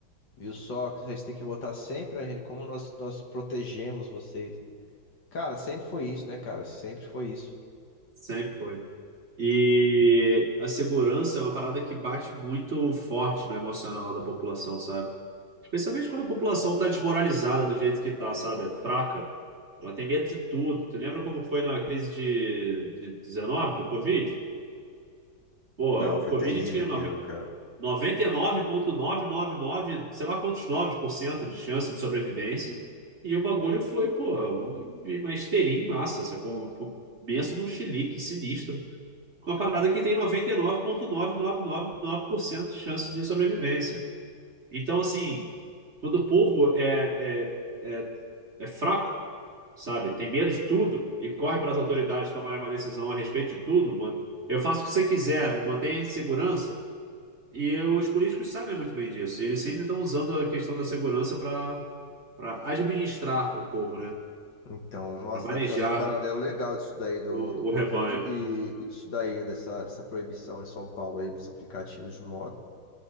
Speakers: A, on the left; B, on the right.
A: viu só? Vocês têm que votar sempre na gente, como nós nós protegemos vocês." Cara, sempre foi isso, né, cara? Sempre foi isso.
B: Sempre foi. E a segurança é uma parada que bate muito forte no emocional da população, sabe? Especialmente quando a população tá desmoralizada do jeito que tá, sabe? É fraca. Ela tem medo de tudo. Tu lembra como foi na crise de, de 19 do Covid? Pô,
A: Não,
B: o
A: foi
B: Covid
A: terrível
B: tinha
A: aquilo, cara.
B: 90, nove sei lá quantos 9% de chance de sobrevivência. E o bagulho foi, pô, um- uma histeria em massa, sacou? Um penso num chilique sinistro. Uma parada que tem noventa e nove vírgula novecentos e noventa e nove por cento de chance de sobrevivência. Então, assim, quando o povo é, é, é, é fraco, sabe? Tem medo de tudo e corre para as autoridades tomarem uma decisão a respeito de tudo, mano. Eu faço o que você quiser, me mantenha em segurança. E eu- os políticos sabem muito bem disso. E eles sempre estão usando a questão da segurança para para administrar o povo, né?
A: Então, nossa,
B: Para manejar
A: dá pra fazer um paralelo legal disso daí do,
B: o,
A: do Covid
B: o rebanho.
A: e, e disso daí, dessa, dessa proibição em São Paulo aí dos aplicativos de moto.